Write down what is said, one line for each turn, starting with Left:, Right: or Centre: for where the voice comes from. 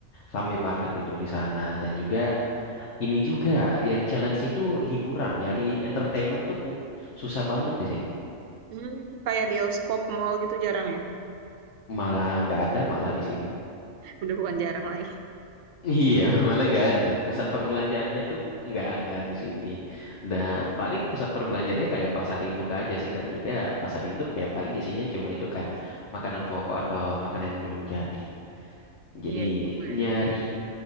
Left: rame
Right: Hmm.
Left: banget gitu di sana dan juga ini juga yang challenge itu hiburan, nyari entertainment tuh ku- susah banget di sini.
Right: Hmm. Kayak bioskop, mall gitu jarang ya.
Left: Malah nggak ada malah di sini.
Right: Udah bukan jarang lagi.
Left: Iya, <laughs> malah nggak ada. Pusat perbelanjaannya tuh nggak ada di sini. Dan paling pusat perbelanjaannya kayak pasar induk aja sih. Dan juga pasar induk ya paling isinya cuma itu kan makanan pokok atau makanan yang belum jadi. Jadi
Right: Iya juga ya.
Left: nyari